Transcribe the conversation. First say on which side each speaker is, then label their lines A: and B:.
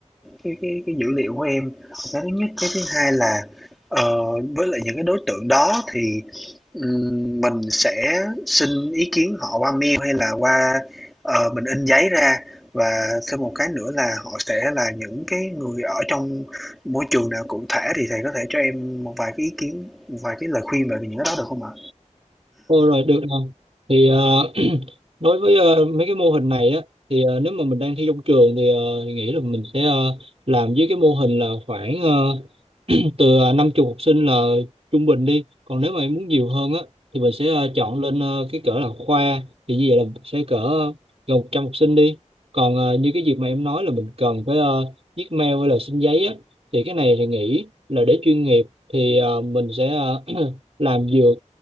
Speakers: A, in the centre; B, on the right (about 50°).
A: cái cái cái dữ liệu của em. Cái thứ nhất, cái thứ hai là, ờ, với lại những cái đối tượng đó thì, ừm, mình sẽ xin ý kiến họ qua mail hay là qua Ờ, mình in giấy ra và thêm một cái nữa là họ sẽ là những cái người ở trong môi trường nào cụ thể thì thầy có thể cho em một vài cái ý kiến, một vài cái lời khuyên về những cái đó được không ạ?
B: Ô rồi được rồi. Thì ờ, <clears throat> đối với ờ, mấy cái mô hình này á thì ờ, nếu mà mình đang thi trong trường thì, ờ, thì nghĩ là mình sẽ ờ, làm với cái mô hình là khoảng ờ, <clears throat> từ à, năm chục học sinh là trung bình đi còn nếu mà em muốn nhiều hơn á thì mình sẽ à, chọn lên à, cái cỡ là khoa thì như vậy là sẽ cỡ gần 100 học sinh đi còn à, như cái việc mà em nói là mình cần phải uh, viết mail hay là xin giấy á thì cái này thì nghĩ là để chuyên nghiệp thì à, mình sẽ à, <clears throat> làm vừa